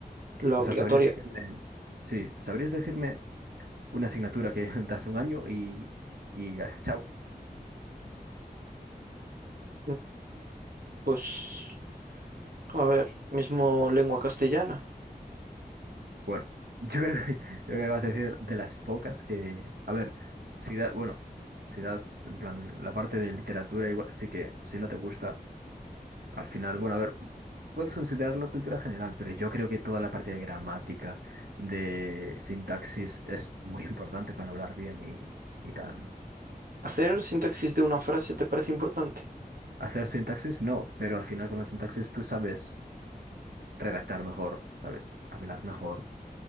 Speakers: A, on the right; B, on the right.
A: la
B: O
A: obligatoria.
B: sea, ¿sabrías decirme, sí, sabrías decirme una asignatura que <laughs> das un año y, y ah, chao?
A: Mm. Pues, a ver, mismo lengua castellana.
B: Bueno, <laughs> yo creo que, <laughs> creo que acabas de decir de las pocas que, a ver, si da, bueno, si das, en plan, la parte de literatura, igual, sí que si no te gusta. Al final, bueno, a ver, puedes considerarlo cultura general, pero yo creo que toda la parte de gramática, de sintaxis, es muy <laughs> importante para hablar bien y, y tal, ¿no?
A: ¿Hacer sintaxis de una frase te parece importante?
B: Hacer sintaxis, no, pero al final con la sintaxis tú sabes redactar mejor, sabes hablar mejor.